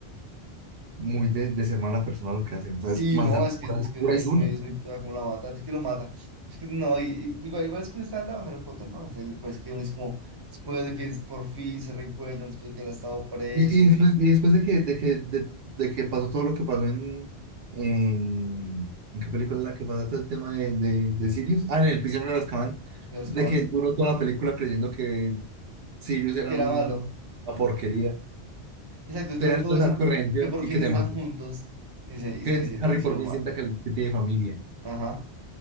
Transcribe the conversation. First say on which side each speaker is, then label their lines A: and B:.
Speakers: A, on the right; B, on the right.
A: muy de, de ser mala persona lo que hacen. O sea,
B: Sí,
A: es maldad
B: no, es que
A: pura,
B: es, que,
A: pura
B: es,
A: y dura.
B: que muy, es muy pela como la mata, es que lo mata. Es que no, y, y igual, igual es que no está en la Harry Potter, ¿no? Es el- pues que uno es como, después de que por fin se reencuentran, después de que él ha estado preso,
A: Y, y después, y después de que, de que, de, de que pasó todo lo que pasó en, en, ¿en qué película es la que pasa todo el tema de, de, de Sirius, ah, en El prisionero de Azkaban,
B: después
A: de
B: que lo acaban,
A: que
B: sí,
A: duró toda la película creyendo que Sirius era
B: que era
A: un-
B: malo.
A: una porquería,
B: Exacto, después
A: tenías
B: de todo
A: que estar
B: eso,
A: corriendo
B: que por
A: y
B: fin
A: que
B: están
A: te maten,
B: juntos y se, y,
A: que
B: y se,
A: Harry
B: y se
A: por
B: lo
A: fin
B: matan.
A: sienta que, que tiene familia,
B: Ajá,